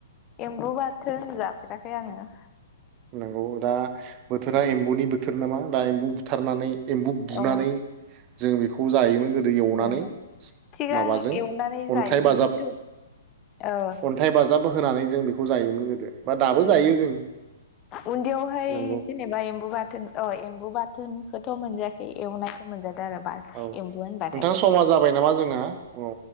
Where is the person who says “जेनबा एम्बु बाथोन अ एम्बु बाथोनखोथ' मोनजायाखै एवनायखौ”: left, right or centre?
Left